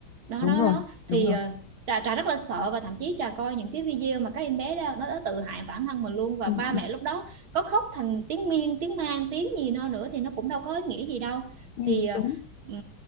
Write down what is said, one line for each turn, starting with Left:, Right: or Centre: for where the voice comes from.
Right: đó
Left: đúng
Right: đó
Left: rồi
Right: đó thì
Left: đúng rồi
Right: ờ, Trà, Trà rất là sợ và thậm chí Trà coi những cái video mà các em bé đó, nó đã tự hại bản thân mình luôn và
Left: ừ,
Right: ba mẹ
Left: ừ.
Right: lúc đó có khóc thành tiếng miên tiếng man tiếng gì nó nữa thì nó cũng đâu có ý nghĩa gì đâu
Left: Ừ,
Right: thì ờ,
Left: đúng
Right: Ừ,